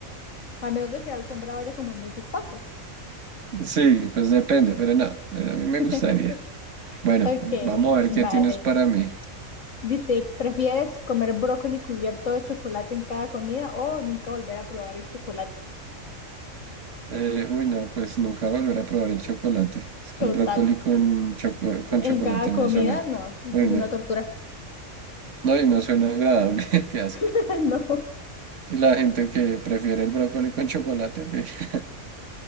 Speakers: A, on the left; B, on the right.
A: a menos de que la alfombra vaya como muy despacio.
B: Sí, pues depende, pero no, eh, a mí me
A: <laughs>
B: gustaría. Bueno,
A: Ok,
B: vamos a ver
A: vale.
B: qué tienes para mí.
A: Dice, ¿prefieres comer brócoli cubierto de chocolate en cada comida o nunca volver a probar el chocolate?
B: Eh, uy, no, pues nunca volver a probar el chocolate. Es que
A: Total.
B: el brócoli con, choco- con chocolate
A: En cada comida,
B: no suena.
A: no, eso
B: Uy,
A: es
B: no.
A: una tortura.
B: No, y no suena agradable, <laughs> qué asco.
A: <laughs> No,
B: Y la gente que prefiere el brócoli con chocolate, ok. <laughs>